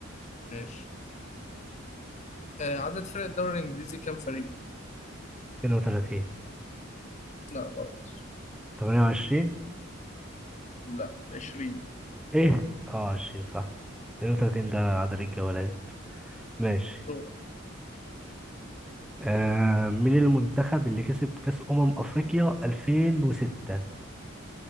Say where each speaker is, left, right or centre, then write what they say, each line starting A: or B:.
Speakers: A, on the left; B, in the centre.
A: ماشي آه، عدد فرق الدوري الإنجليزي كام فريق؟
B: 32
A: لا غلط
B: 28
A: لا 20
B: ايه اه 20 صح 32 ده عدد الجولات ماشي
A: دورة
B: آه مين المنتخب اللي كسب كأس أمم أفريقيا 2006